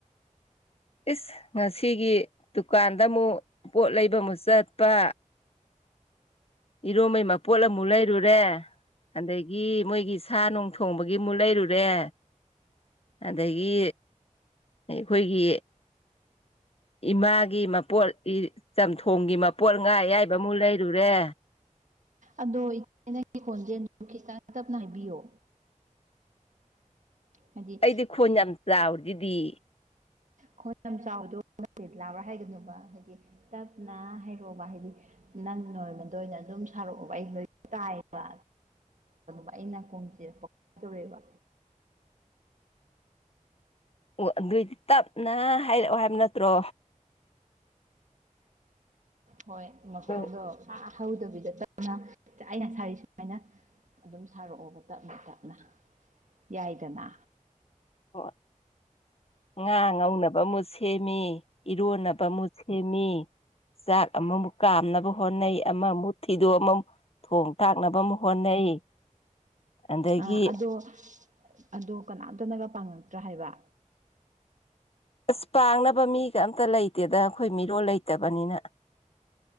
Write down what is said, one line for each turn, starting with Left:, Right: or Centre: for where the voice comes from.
Left: ꯏꯁ ꯉꯁꯤꯒꯤ ꯗꯨꯀꯥꯟꯗ ꯑꯃꯨꯛ ꯄꯣꯠ ꯂꯩꯕ ꯑꯃꯨꯛ ꯆꯠꯄ ꯏꯔꯣꯟꯕꯩ ꯃꯄꯣꯠ ꯑꯃꯨꯛ ꯂꯩꯔꯨꯔꯦ ꯑꯗꯒꯤ ꯃꯣꯏꯒꯤ ꯁꯥ ꯅꯨꯡ ꯊꯣꯡꯕꯒꯤꯃꯨ ꯂꯩꯔꯨꯔꯦ ꯑꯗꯒꯤ ꯑꯩꯈꯣꯏꯒꯤ ꯏꯃꯥꯒꯤ ꯃꯄꯣꯠ ꯆꯝꯊꯣꯡꯒꯤ ꯃꯄꯣꯠ ꯉꯥ ꯑꯌꯥꯏꯕꯃꯨꯛ ꯂꯩꯔꯨꯔꯦ
Right: ꯑꯗꯣ ꯏꯆꯦ ꯅꯪꯒꯤ ꯈꯣꯟꯖꯦ ꯈꯤꯇꯪ ꯇꯞꯅ ꯍꯥꯏꯕꯤꯌꯣ ꯍꯥꯏꯗꯤ
Left: ꯑꯩꯗꯤ ꯈꯣꯟ ꯌꯥꯝ ꯆꯥꯎꯔꯤꯗꯨꯗꯤ
Right: ꯈꯣꯟ ꯌꯥꯝ ꯆꯥꯎꯕꯗꯣ ꯂꯥꯕ꯭ꯔꯥ ꯍꯥꯏꯒꯅꯨꯕ ꯍꯥꯏꯗꯤ ꯇꯞꯅ ꯍꯥꯏꯔꯛꯑꯣꯕ ꯍꯥꯏꯗꯤ ꯅꯪ ꯅꯣꯔꯃꯦꯜꯗ ꯑꯗꯨꯝ ꯁ ꯔꯛꯑꯣꯕ ꯑꯩ ꯇꯥꯏꯕ <unintelligible> ꯑꯩ ꯅꯀꯣꯡ ꯖꯦ <unintelligible> ꯇꯧꯋꯦꯕ
Left: ꯑꯣ ꯑꯗꯨꯑꯣꯏꯗꯤ ꯇꯞꯅ ꯍꯥꯏꯔꯛꯑꯣ ꯍꯥꯏꯕ ꯅꯠꯇ꯭ꯔꯣ
Right: ꯍꯣꯏ ꯃꯈꯣꯗꯣ
Left: ꯑꯗꯨ
Right: ꯐ ꯍꯧꯗꯕꯤꯗ ꯇꯞꯅ ꯑꯩꯅ ꯁꯥꯔꯤ ꯁꯨꯃꯥꯏꯅ ꯑꯗꯨꯝ ꯁꯥꯔꯛꯑꯣꯕ ꯇꯞꯅ ꯇꯞꯅ ꯌꯥꯏꯗꯅ
Left: ꯍꯣꯏ ꯉꯥ ꯉꯧꯅꯕ ꯑꯃꯨꯠ ꯁꯦꯝꯃꯤ ꯏꯔꯣꯟꯅꯕ ꯑꯃꯨꯠ ꯁꯦꯝꯃꯤ ꯆꯥꯛ ꯑꯃꯃꯨꯛ ꯀꯥꯝꯅꯕ ꯍꯣꯠꯅꯩ ꯑꯃꯃꯨꯛ ꯊꯤꯗꯣꯛꯑ ꯑꯃꯃꯨꯛ ꯊꯣꯡ ꯇꯥꯛꯅꯕ ꯑꯃ ꯍꯣꯠꯅꯩ ꯑꯗꯒꯤ
Right: ꯑ ꯑꯗꯣ ꯑꯗꯣ ꯀꯅꯥꯝꯇꯅꯒ ꯄꯥꯡꯉꯛꯇ꯭ꯔꯥ ꯍꯥꯏꯕ
Left: ꯑꯁ ꯄꯥꯡꯅꯕ ꯃꯤꯒ ꯑꯝꯇ ꯂꯩꯇꯦꯗ ꯑꯩꯈꯣꯏ ꯃꯤꯔꯣꯜ ꯂꯩꯇꯕꯅꯤꯅ